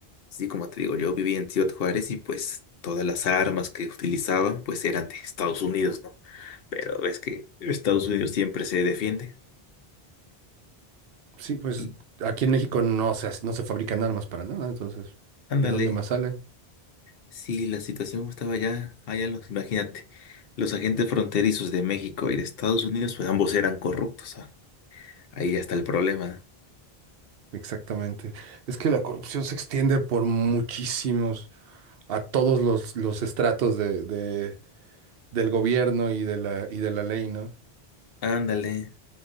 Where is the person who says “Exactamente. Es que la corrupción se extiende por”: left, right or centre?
Right